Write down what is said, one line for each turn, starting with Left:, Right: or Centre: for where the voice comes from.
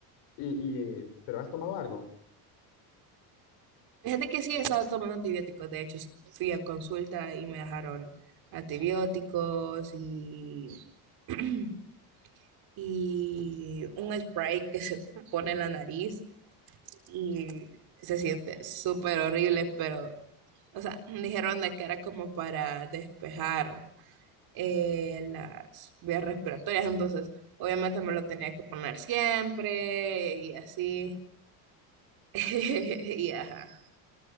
Left: Y, y, eh, ¿pero has tomado algo?
Right: Fíjate que sí he estado tomando antibióticos. De hecho, fui a consulta y me dejaron antibióticos y <clears throat> y un spray que se pone en la nariz y se siente súper horrible, pero, o sea, dijeron de que era como para despejar eh, las vías respiratorias, entonces obviamente me lo tenía que poner siempre y así. <laughs> Y ajá.